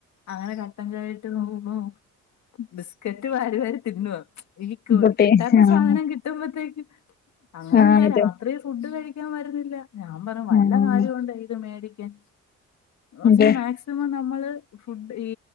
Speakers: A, on the left (about 65°); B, on the left (about 30°).
A: അങ്ങനെ കട്ടൻചായ ഇട്ട്നോക്കുമ്പോ ബിസ്കറ്റ് വാരി വാരി തിന്നുവാ ഈ ക്യു
B: കുട്ടി
A: കിട്ടാത്ത
B: ആഹ്
A: സാധനം കി ട്ടുമ്പത്തേക്കും അങ്ങനെ
B: ആഹ്
A: എന്താ
B: അതെ
A: രാത്രി ഫുഡ് കഴിക്കാൻ വരുന്നില്ല ഞാൻ പറഞ്ഞു വല്ല
B: ആഹ്
A: കാര്യോണ്ടോ ഇത് മേടിക്കാൻ പക്ഷേ
B: അതെ
A: മാക്സ സിമം നമ്മള് ഫുഡ് ഈ